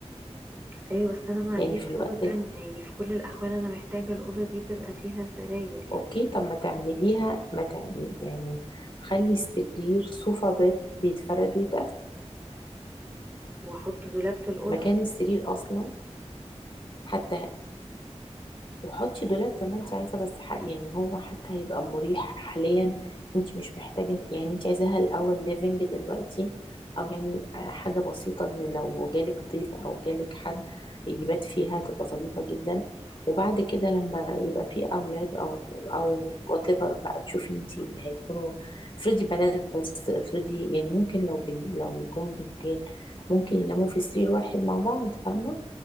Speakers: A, on the right; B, on the left.
A: ايوه بس انا ما عنديش
B: يعني في الوقت
A: اوضه
B: ال-
A: تانية يعني في كل الاحوال انا محتاجه الاوضه دي تبقى فيها سراير يعني
B: أوكي طب ما تعمليها ما تعملي يعني خلي السرير صوفا بيت بيتفرد ويتقفل
A: واحط دولاب في الاوضه
B: مكان السرير أصلا حتى وحطي دولاب زي ما انت عايزه بس حق يعني هو حتى هيبقى مريح حاليا انت مش محتاجه يعني انت عايزاها الاول ليفنج دلوقتي او يعني حاجه بسيطه ان لو جالك ضيف او جالك حد يبات فيها تبقى ظريفه جدا وبعد كده لما يبقى في اولاد او او وات ايفر بقى تشوفي انت هيكونوا افرضي بنات بس افرضي يعني ممكن لو بن لو جم بنتين ممكن يناموا في سرير واحد مع بعض فاهمه